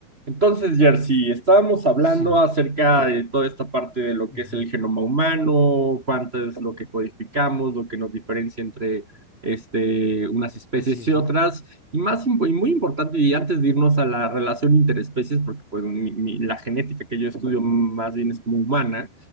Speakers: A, on the right (about 75°); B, on the left (about 35°).
A: Entonces, Jersey, estábamos hablando
B: Sí.
A: acerca de toda esta parte de lo
B: Ujú.
A: que es el genoma humano, cuánto es lo que codificamos, lo que nos diferencia entre este, unas
B: Especies,
A: especies y otras,
B: ¿no?
A: y más im- y muy importante, y antes de irnos a la relación interespecies, porque pues mi- mi- la genética que yo estudio más bien es como humana,